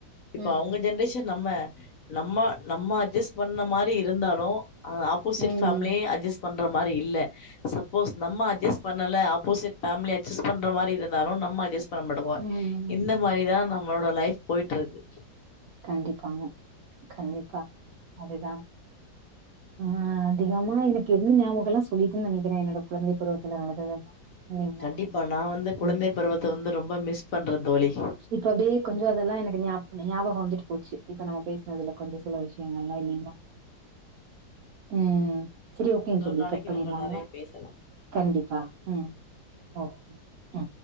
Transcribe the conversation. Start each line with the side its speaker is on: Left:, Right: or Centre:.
Left: இப்போ
Right: ம்
Left: அவுங்க ஜென்ரேஷன் நம்ம நம்ம நம்ம அட்ஜஸ் பண்ண மாரி இருந்தாலு அ ஆப்போசிட்
Right: ம்
Left: ஃபேமிலி அட்ஜஸ் பண்ற மாரி இல்ல சப்போஸ் நம்ம அஜ்ஜஸ் பண்ணல ஆப்போசிட் ஃபேம்லி அட்ஜஸ் பண்ற மாரி இருந்தாலு நம்ம அஜஸ் பண்ண மாட்டுக்குவ
Right: ம்
Left: இந்த மாரிதா நம்மளோட லைஃப் போயிட்டுருக்கு
Right: கண்டிப்பாங்க கண்டிப்பா அதுதா ஆ அதிகமா எனக்கு இருந்த ஞாபகல்லா சொல்லிட்டுன் நெனைக்கிறேன் என்னோட குழந்தை பருவத்துல நடந்ததெல்லா இல்லைங்களா
Left: கண்டிப்பா நா வந்து குழந்தை
Right: ம்
Left: பருவத்த வந்து ரொம்ப மிஸ் பண்ற தோழி
Right: இப்ப அப்டே கொஞ்ச அதெல்லா எனக்கு ஞாப் ஞாபகோ வந்துட்டு போச்சு இப்ப நம்ம பேசுனதுல கொஞ்ச சில விஷயங்கள்லா இல்லீங்ளா ம் செரி ஓகேங்
Left: இன்னொரு
Right: தோழி
Left: நாளைக்கு
Right: கட் பண்ணிட்லாங்ளா
Left: நம்ம நெறைய பேசலா
Right: கண்டிப்பா ம் ஓகே ஆ.